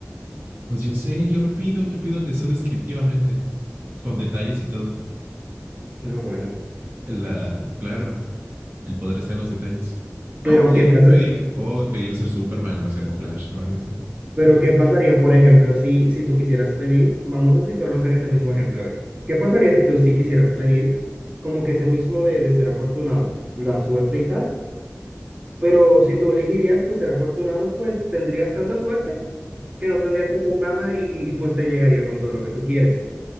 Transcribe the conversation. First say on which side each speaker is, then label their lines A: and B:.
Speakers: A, on the right; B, on the right.
A: Pues yo sé, yo lo pido, yo pido el deseo descriptivamente, con detalles y todo.
B: Ah, bueno,
A: La, claro, el poder está en los detalles. O
B: pero
A: podría
B: ¿qué pasa?
A: un pedir, o pedir ser Superman, no sé, o Flash o algo así.
B: Pero
A: Yo qué
B: ¿qué
A: sé.
B: pasaría, por ejemplo, si, si tú quisieras pedir, vamos a situarnos en ese mismo ejemplo, a ver, ¿qué pasaría si tú sí quisieras pedir como que ese mismo de, de ser afortunado, la suerte y tal? Pero si tú elegirías, pues ser afortunado, pues tendrías tanta suerte que no tendrías que hacer nada y, y, pues te llegaría con todo lo que tú quieres.